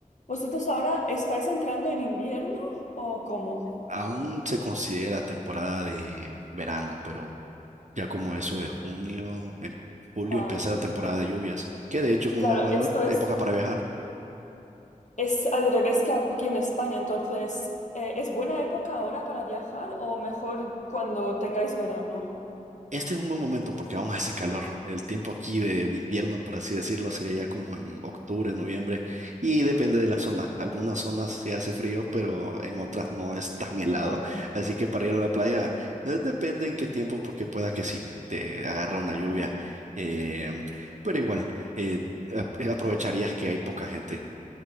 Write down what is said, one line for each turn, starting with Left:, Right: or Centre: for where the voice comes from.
Left: vosotros ahora estáis entrando en invierno o cómo?
Right: Aún se considera temporada de verano, pero ya como eso de junio, en julio
Left: Ah,
Right: empieza la temporada de lluvias, que de hecho es una
Left: claro,
Right: buena
Left: esto es,
Right: época para viajar.
Left: es al revés que aquí en España, entonces, eh, ¿es buena época ahora para viajar o mejor cuando tengáis verano?
Right: Este es un buen momento porque aún hace calor. El tiempo aquí de invierno, por así decirlo, sería ya como en octubre, noviembre, y depende de la zona. Algunas zonas se hace frío, pero en otras no es tan helado.
Left: Ah,
Right: Así que para ir a la playa, eh, depende en qué tiempo, porque pueda que sí, te agarra una lluvia.
Left: ah.
Right: em, pero igual, eh, ap- eh, aprovecharías que hay poca gente.